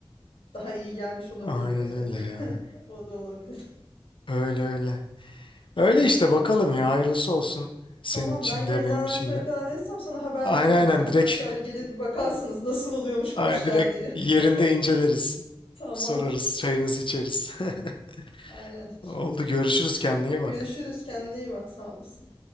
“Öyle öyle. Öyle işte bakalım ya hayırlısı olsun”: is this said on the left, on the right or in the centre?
Left